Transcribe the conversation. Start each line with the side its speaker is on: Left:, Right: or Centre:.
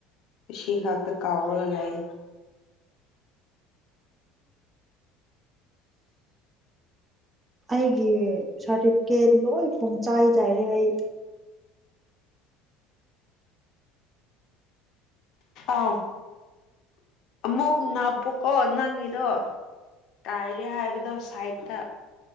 Left: ꯁꯤ ꯈꯛꯇ ꯀꯥꯎꯔꯒ ꯂꯩ
Right: ꯑꯩꯒꯤ ꯁꯥꯔꯇꯤꯐꯤꯀꯦꯠ ꯂꯣꯏ ꯄꯨꯡꯆꯥꯏ ꯆꯥꯏꯔꯦ ꯑꯩ
Left: ꯑꯥꯎ ꯑꯃꯨꯛ ꯅꯥꯞꯄꯣꯛꯀꯣ ꯅꯪꯒꯤꯗꯣ ꯇꯥꯏꯔꯦ ꯍꯥꯏꯕꯗꯣ ꯁꯥꯏꯠꯇ